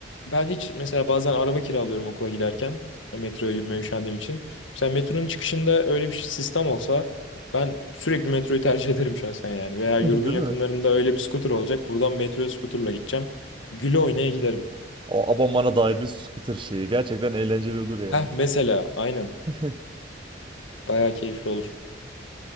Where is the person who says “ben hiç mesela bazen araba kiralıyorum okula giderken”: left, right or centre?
Left